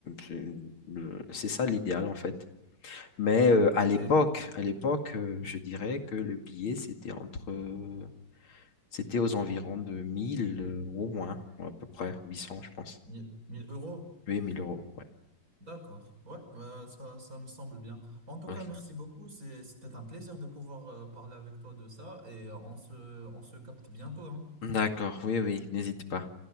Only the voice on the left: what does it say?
c'est le- c'est ça l'idéal en fait. Mais euh,
à l'époque, à l'époque, euh, je dirais que le billet, c'était entre euh, c'était aux environs de 1000 euros moins, ou à peu près huit cents je pense.
Oui, 1000 euros, ouais.
ouais.
D'accord, oui, oui, n'hésite pas.